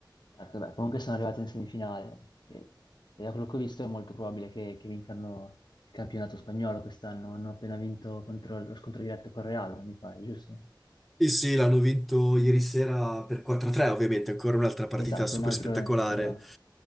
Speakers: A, on the left; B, in the centre.
A: Certo, beh, comunque sono arrivati in semifinale e, e da quello che ho visto è molto probabile che, che vincano il campionato spagnolo quest'anno. Hanno appena vinto contro, lo scontro diretto con Real, mi pare, giusto?
B: Sì, sì, l'hanno vinto ieri sera per 4-3, ovviamente, ancora un'altra partita
A: Esatto,
B: super
A: un altro...
B: spettacolare.
A: Esatto.